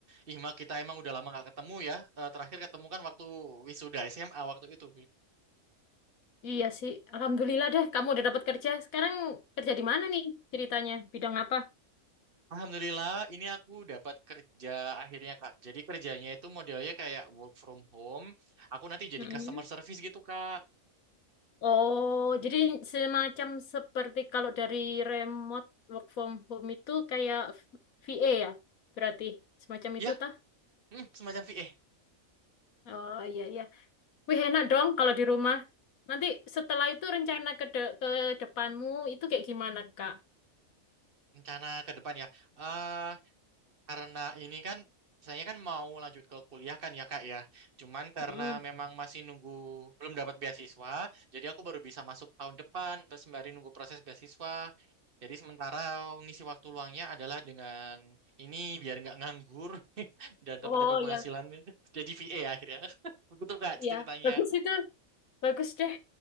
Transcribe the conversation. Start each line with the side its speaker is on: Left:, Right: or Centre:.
Right: Ih Mak, kita emang udah lama nggak ketemu ya. Eh, Terakhir ketemu kan waktu wisuda SMA waktu itu.
Left: Iya sih, alhamdulillah deh kamu udah dapat kerja. Sekarang kerja di mana nih ceritanya? Bidang apa?
Right: Alhamdulillah ini aku dapat kerja akhirnya Kak. Jadi kerjanya itu modelnya kayak work from home. Aku nanti jadi
Left: Mm-mm.
Right: customer service gitu Kak.
Left: Oh, jadi semacam seperti kalau dari remote work from home itu kayak VA ya? Berarti semacam itu
Right: Ya,
Left: tah?
Right: hmm, semacam VA.
Left: Oh iya iya. Wih enak dong kalau di rumah. Nanti setelah itu rencana ke de- ke depanmu itu kayak gimana, Kak?
Right: Rencana ke depan ya. Eh, Karena ini kan saya kan mau lanjut ke kuliah kan ya Kak ya. Cuman karena
Left: Mm.
Right: memang masih nunggu belum dapat beasiswa, jadi aku baru bisa masuk tahun depan pas sembari nunggu proses beasiswa. Jadi sementara ngisi waktu luangnya adalah dengan ini biar nggak nganggur <laughs> dan
Left: Oh
Right: dapat dapat
Left: ya
Right: penghasilan <laughs> jadi v VA akhirnya. <laughs> Begitu Kak ceritanya.
Left: ya. Bagus itu. Bagus deh.